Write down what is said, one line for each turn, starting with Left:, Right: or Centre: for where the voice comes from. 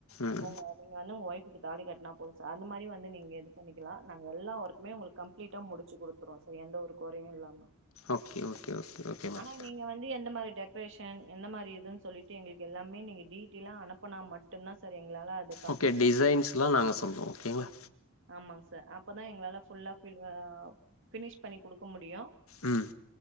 Left: ம்
Right: உங்க நீங்க வந்து உங்க ஒய்ஃபுக்கு தாலி கட்டினா போது சார். அந்த மாரி வந்து நீங்க இது பண்ணிக்கலா நாங்க எல்லா ஒர்க்குமே உங்களுக்கு கம்ப்ளீட்டா முடிச்சு குடுத்துருவோ சார் எந்த ஒரு கொறையு இல்லாம
Left: ஓகே ஓகே ஓகே ஓகே மேம்
Right: ஆனா நீங்க வந்து எந்த மாரி டெ பேஷன் என்ன மாரி இதுன்னு சொல்லிட்டு எங்களுக்கு எல்லாமே நீங்க டீட்டெய்லா அனுப்பனா மட்டும்தான் சார் எங்களால அத கம்ப்ளீட்
Left: ஓகே டிசைன்ஸ்லாம்
Right: பண்ணி
Left: நாங்க சொல்றோம் ஓகேங்களா
Right: ஆமாங் சார் அப்பதான் எங்களால ஃபுல்லா ஆ ஃபினிஷ் பண்ணி குடுக்க முடியும்
Left: ம்